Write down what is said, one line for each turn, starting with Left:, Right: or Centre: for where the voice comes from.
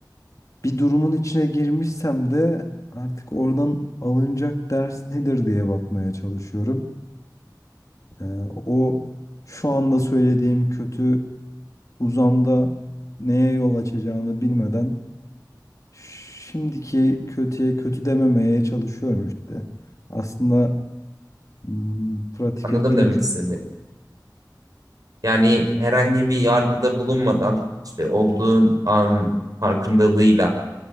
Left: bir durumun içine girmişsem de artık oradan alınacak ders nedir diye bakmaya çalışıyorum. Ee, o şu anda söylediğim kötü uzamda neye yol açacağını bilmeden şimdiki kötüye kötü dememeye çalışıyorum işte. Aslında hmm, pratik
Right: anladım
Left: ettiğim
Right: demek
Left: şey.
Right: istediğimi. Yani herhangi bir yargıda bulunmadan işte olduğun an farkındalığıyla